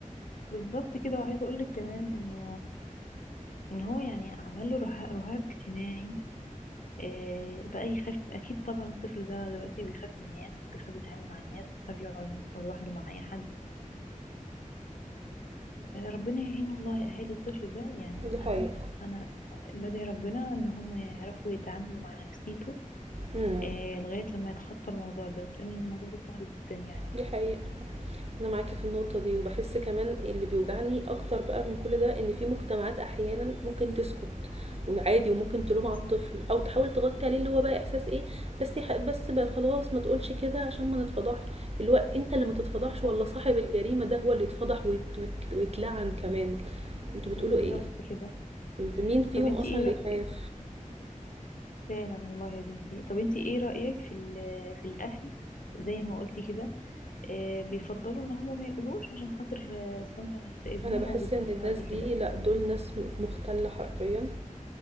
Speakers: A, on the left; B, on the right.
A: بالظبط كده وعايزة أقولك كمان إنه ان هو يعني عمل له رها- رهاب اجتماعي آه، بقى يخاف اكيد طبعا الطفل ده دلوقتي بيخاف من الناس بيخاف يتعامل مع الناس بيخاف يقعد لوحده مع اي حد فربنا يعين والله اهالي الطفل ده يعني
B: دي حقيقة
A: انا انا بدعي ربنا ان هم يعرفوا يتعاملوا مع نفسيته
B: امم
A: آه، لغاية لما يتخطى الموضوع ده لان الموضوع ده صعب جدا يعني
B: دي حقيقة أنا معاكِ في النقطة دي، وباحس كمان اللي بيوجعني أكتر بقى من كل ده إن في مجتمعات أحيانًا ممكن تسكت وعادي وممكن تلوم على
A: صح
B: الطفل أو تحاول تغطي عليه اللي هو بقى إحساس إيه، بس يح بس بقى خلاص ما تقولش كده عشان ما نتفضحش، اللي هو أنت اللي ما تتفضحش
A: صح
B: والّا صاحب الجريمة ده هو اللي يتفضح ويت ويت ويتلعن كمان، أنتم بتقولوا
A: بالظبط
B: إيه؟
A: كده
B: أنتم مين فيهم
A: طب انتي
B: أصلًا
A: ايه
B: اللي
A: رأيك
B: يخاف؟
A: فعلا والله يا بنتي طب انتي ايه رأيك في ال- في الاهل زي ما قلتي كده آه، بيفضلوا ان هم ما يقولوش عشان خاطر آه، سمعة ابنهم
B: أنا باحس
A: او بنتهم
B: إن الناس
A: بعد
B: دي
A: كده
B: لأ، دول ناس مُختلة حرفيًا،